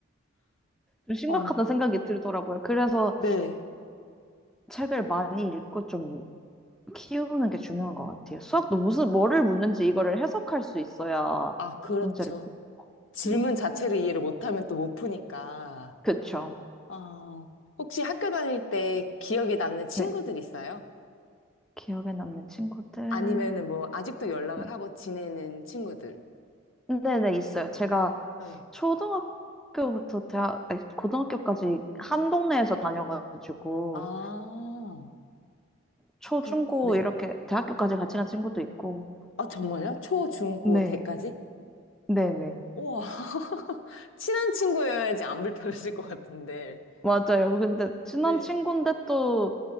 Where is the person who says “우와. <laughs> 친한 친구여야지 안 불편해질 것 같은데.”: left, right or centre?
Left